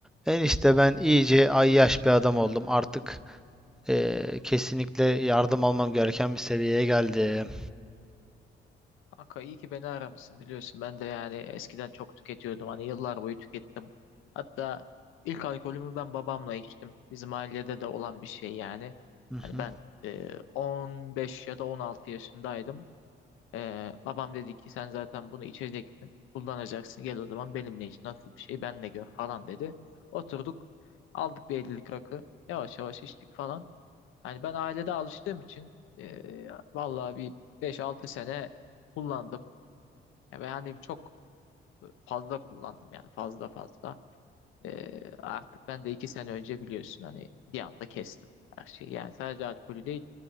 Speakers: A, in the centre; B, on the left.
A: Enişte ben iyice ayyaş bir adam oldum. Artık eee, kesinlikle yardım almam gereken bir seviyeye geldim.
B: Kanka iyi ki beni aramışsın biliyorsun. Ben de yani eskiden çok tüketiyordum. Hani yıllar boyu tükettim. Hatta ilk alkolümü ben babamla içtim. Bizim ailede de olan bir şey yani.
A: Hı hı.
B: Hani ben e, 15 ya da 16 yaşındaydım. E, babam dedi ki sen zaten bunu içeceksin. Kullanacaksın. Gel o zaman benimle iç. Nasıl bir şey benle gör falan dedi. Oturduk. Aldık bir 50'lik rakı. Yavaş yavaş içtik falan. Hani ben ailede alıştığım için e, vallahi bir 5-6 sene kullandım. Ya ben hani çok fazla kullandım yani fazla fazla. Ee, artık ben de iki sene önce biliyorsun hani bir anda kestim her şeyi. Yani sadece alkolü değil